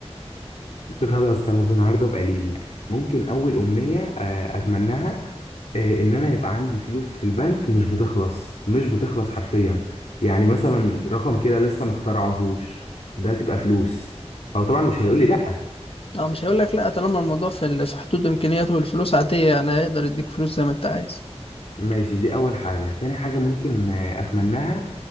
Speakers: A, on the left; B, on the left.
A: خلاص خلاص النهارده بقى ليلي ممكن اول امنيه آه، اتمناها آه، ان انا يبقى عندي فلوس في البنك مش بتخلص مش بتخلص حرفيا يعني مثلا رقم كده لسه ما اخترعهوش ده تبقى فلوس هو طبعا مش هيقول لي لا
B: أو مش هيقول لك لا طالما الموضوع في ال- في حدود إمكانياته والفلوس عادية أنا أقدر أديك فلوس زي ما أنت عايز
A: ماشي دي اول حاجه تاني حاجه ممكن آه، اتمناها